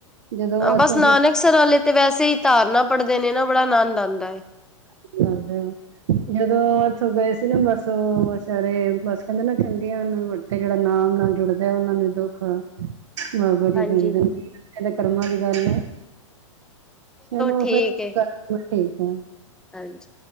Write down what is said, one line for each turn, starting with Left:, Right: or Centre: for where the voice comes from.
Right: ਜਦੋਂ ਇੱਥੋਂ
Centre: ਬਸ ਨਾਨਕਸਰ
Right: ਕੀਰਤਨ
Centre: ਵਾਲੇ, ਤੇ ਵੈਸੇ ਹੀ ਧਾਰਨਾ ਪੜ੍ਹਦੇ ਨੇ ਨਾ, ਬੜਾ ਆਨੰਦ ਆਉਂਦਾ ਏ
Right: <inaudible> ਜਦੋ ਏਥੋਂ ਗਏ ਸੀ ਨਾ ਬਸ ਓ ਵਿਚਾਰੇ ਬਸ ਕਹਿੰਦੇ ਨਾ ਚੰਗੇ ਹਨ, ਵੱ ਤੇ ਜਿਹੜਾ ਨਾਮ ਨਾਲ ਜੁੜਦਾ ਓਹਨਾਂ ਨੂੰ ਦੁੱਖ ਬਾਬਾ
Centre: ਹਾਂਜੀ
Right: ਜੀ ਕਹਿੰਦੇ ਏ ਤਾਂ ਕਰਮਾਂ ਦੀ ਗੱਲ ਐ ਚਲੋ
Centre: ਠੀਕ
Right: ਫਿਰ
Centre: ਹੈ
Right: ਤੂੰ ਠੀਕ ਐਂ।
Centre: ਹਾਂਜੀ।